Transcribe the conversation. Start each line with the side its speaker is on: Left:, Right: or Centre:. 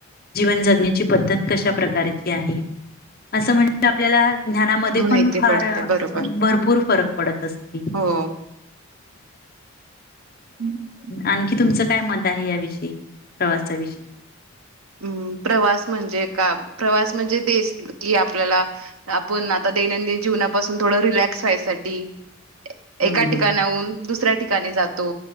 Left: जीवन जगण्यांची पद्धतं कश्या प्रकारचीं आहे असं म्हणजे आपल्यांला ज्यांना मध्यें
Right: माहिती
Left: पणं फांर
Right: पडते बरोबर
Left: भरंपूर फरंक पडतं असते.
Right: हो अं हं
Left: आणंखी तुमचं कायं मतं आहे यांविषयी प्रवासांविषयी
Right: हम्मं प्रवांस म्हणजे कां प्रवांस म्हणजे तेचं कि आपल्यांला आपणं आंता दैनंदिन जीवनांपासूंन थोडं रिलॅक्स व्हांयसाठी
Left: हम्म
Right: एकां
Left: हम्म
Right: ठिकाणांहून दुसऱ्यां ठिकांणी जातो